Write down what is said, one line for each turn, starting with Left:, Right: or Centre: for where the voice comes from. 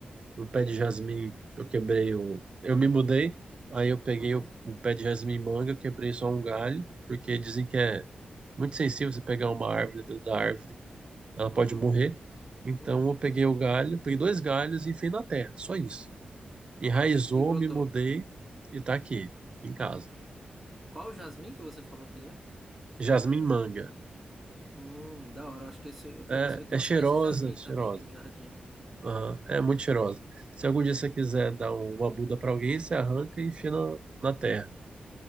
Right: um pé de jasmim, eu quebrei o. Eu me mudei, aí eu peguei
Centre: Uhum,
Right: o, o pé de jasmim manga, eu quebrei só um galho, porque dizem que é muito sensível você pegar uma árvore, dependendo da árvore, ela
Centre: uhum,
Right: pode morrer. Então
Centre: uhum.
Right: eu peguei o galho, peguei dois galhos e enfiei na terra, só isso. Enraizou,
Centre: E, e brotou.
Right: me mudei e tá aqui, tá aqui em casa.
Centre: Qual o jasmim que você falou que é?
Right: Jasmim manga.
Centre: Hum, da hora, acho que esse eu conheço.
Right: É,
Centre: Eu tenho
Right: é cheirosa,
Centre: uns pés de jasmim
Right: cheirosa.
Centre: também aqui no jardim.
Right: Aham, é muito cheirosa. Se algum dia você quiser dar uma muda pra alguém, você arranca e enfia na, na terra.